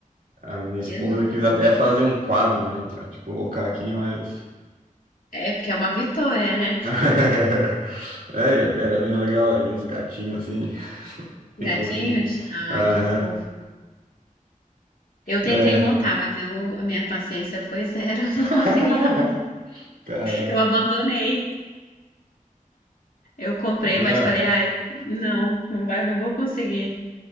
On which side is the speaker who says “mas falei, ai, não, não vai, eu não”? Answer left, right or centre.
Left